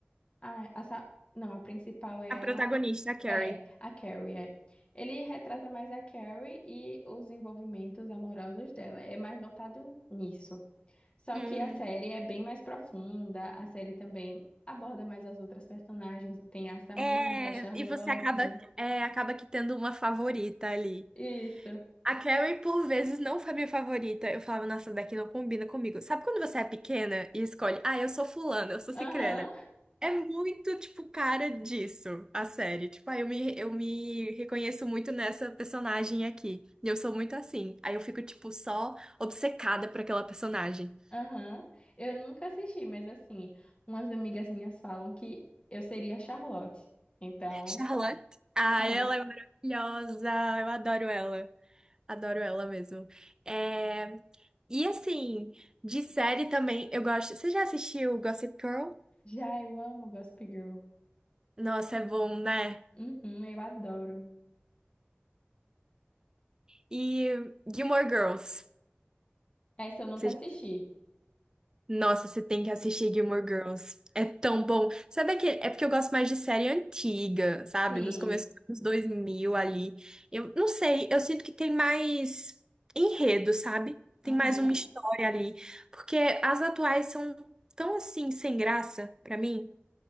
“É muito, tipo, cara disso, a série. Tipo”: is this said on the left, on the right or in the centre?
Right